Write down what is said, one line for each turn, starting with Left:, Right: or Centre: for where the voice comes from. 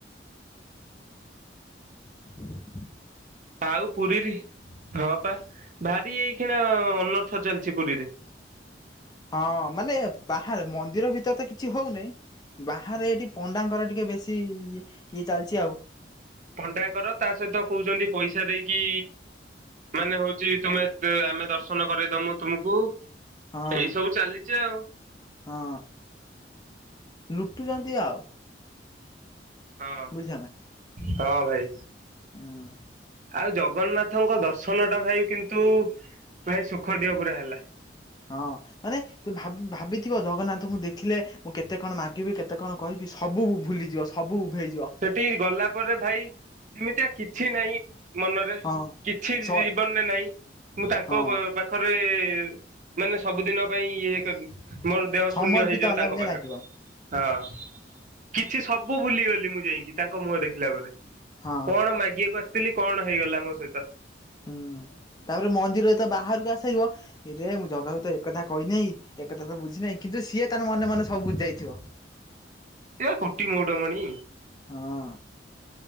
Left: <inaudible>
Right: ଆଉ ପୁରୀରେ, ହଁ ପା ଭାରି ଏଇଖିଣା ଅନର୍ଥ ଚାଲିଛି ପୁରୀରେ।
Left: ହଁ ମାନେ ବାହାରେ, ମନ୍ଦିର ଭିତରେ ତ କିଛି ହଉନେଇ ବାହାରେ ଏଠି ପଣ୍ଡାଙ୍କର ଟିକେ ବେଶୀ ଇଏ ଚାଲିଛି ଆଉ।
Right: ପଣ୍ଡାଙ୍କର, ତା ସହିତ କହୁଛନ୍ତି ପଇସା ଦେଇକି ମାନେ ହଉଛି, ତୁମେ ଆମେ ଦର୍ଶନ କରେଇଦମୁ ତୁମକୁ।
Left: ହଁ
Right: ଏଇ ସବୁ ଚାଲିଛି ଆଉ।
Left: ହଁ, ଲୁଟୁଛନ୍ତି ଆଉ।
Right: ହଁ।
Left: ବୁଝିଲ ନା
Right: ତ ଭାଇ।
Left: ହୁଁ
Right: ଆଉ ଜଗନ୍ନାଥଙ୍କ ଦର୍ଶନଟା ଭାଇ କିନ୍ତୁ ଭାଇ ସୁଖ ଦିଅ ପୁରା ହେଲା।
Left: ହଁ। ମାନେ ତୁ ଭାବ-ଭାବିଥିବ, ଜଗନ୍ନାଥଙ୍କୁ ଦେଖିଲେ ମୁଁ କେତେ କଣ ମାଗିବି, କେତେ କଣ କହିବି, ସବୁ ଭୁ-ଭୁଲିଯିବ, ସବୁ ଉଭେଇ
Right: ସେଠିକି ଗଲା ପରେ ଭାଇ ଯେମିତିଆ କିଛି ନାହିଁ ମନରେ,
Left: ହଁ
Right: କିଛି ଜୀ-ଜୀବନରେ
Left: ସ
Right: ନାହିଁ। ମୁଁ ତାଙ୍କ
Left: ହଁ
Right: ପା-ପାଖରେ ମାନେ ସବୁଦିନ ପାଇଁ ଇଏ କରି ମୋର ଦେହ
Left: ସମର୍ପିତ
Right: ଶୂନ୍ୟ ହେଇଯାଉ
Left: ହେଲା
Right: ତାଙ୍କ
Left: ଭଳିଆ
Right: ପାଖରେ।
Left: ଲାଗିବ
Right: ହଁ। କିଛି ସବୁ ଭୁଲିଗଲି ମୁଁ ଯାଇଁକି ତାଙ୍କ ମୁହଁ ଦେଖିଲା ପରେ।
Left: ହଁ।
Right: କଣ ମାଗିିବାକୁ ଆସି ସିଥିଲି, କଣ ହେଇଗଲା ମୋ ସହିତ?
Left: ହୁଁ ତାପରେ ମନ୍ଦିର ଯେତ ବାହାରକୁ ଆସେଇବ ଇରେ ମୁଁ ଜଗାକୁ ତ ଏକ କଥା କହିନାହିଁ, ଏକଥା ତ ବୁଝି ନାହିଁ, କିନ୍ତୁ ସିଏ ତାର ମନେ ମନେ ସବୁ ବୁଝି ଯାଇଥିବ।
Right: ସିଏ ବା କୋଟି ମଉଡମଣି।
Left: ହଁ।